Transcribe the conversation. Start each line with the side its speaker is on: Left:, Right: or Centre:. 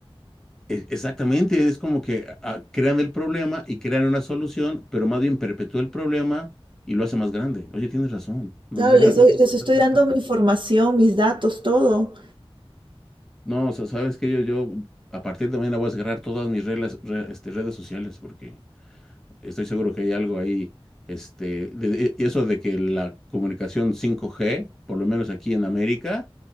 Centre: e- Exactamente, es como que ah, crean el problema y crean una solución, pero más bien perpetúa el problema y lo hace más grande. Oye, tienes razón. No,
Right: Claro,
Centre: no había,
Right: les
Centre: no
Right: doy-
Centre: había pensado
Right: les estoy
Centre: en
Right: dando
Centre: esa parte.
Right: mi información, mis datos, todo.
Centre: No, o sea, sabes que yo, yo a partir de mañana voy a cerrar todas mis reglas, re- este, redes sociales porque Estoy seguro que hay algo ahí, este, de- de- eso de que la comunicación 5G, por lo menos aquí en América,